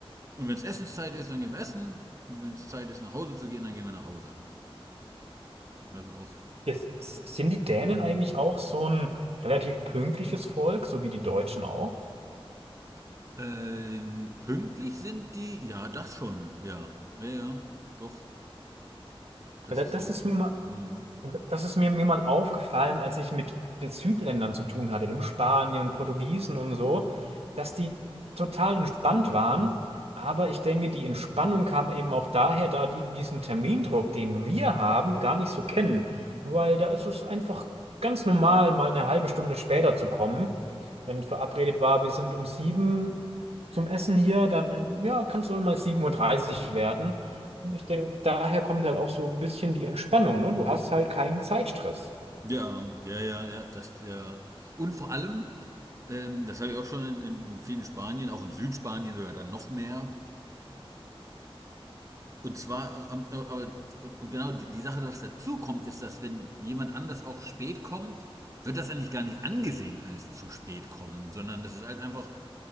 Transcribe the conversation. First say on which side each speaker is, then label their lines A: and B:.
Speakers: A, on the right; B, on the right.
A: und wenn es Essenszeit ist, dann gehen wir essen und wenn es Zeit ist, nach Hause zu gehen, dann gehen wir nach Hause. Also auch
B: jetzt, sind die Dänen eigentlich auch so ein relativ pünktliches Volk, so wie die Deutschen auch?
A: äh, pünktlich sind die, ja, das schon, ja, ja, ja, doch, das
B: Ja, Da-
A: ist
B: Das
A: auch.
B: ist mir mal
A: Mhm.
B: Und Das ist mir, mir mal aufgefallen, als ich mit den Südländern zu tun hatte, den Spaniern, Portugiesen und so, dass die total entspannt waren. Aber ich denke, die Entspannung kam eben auch daher, da die diesen Termindruck, den wir haben, gar nicht so kennen. Weil da ist es einfach ganz normal, mal eine halbe Stunde später zu kommen. Wenn verabredet war, wir sind um sieben zum Essen hier, dann ja, kann es auch mal sieben Uhr dreißig werden. Und ich denke, daher kommt halt auch so ein bisschen die Entspannung, ne? Du hast halt keinen Zeitstress.
A: Ja, ja, ja, ja, das, ja. Und vor allem, ähm, das habe ich auch schon in, in, in vielen Spanien, auch in Südspanien sogar dann noch mehr. Und zwar, ähm, äh, aber, und, und genau die, die Sache, was dazu kommt, ist, dass wenn jemand anders auch spät kommt, wird das eigentlich gar nicht angesehen als zu spät kommen, sondern das ist halt einfach,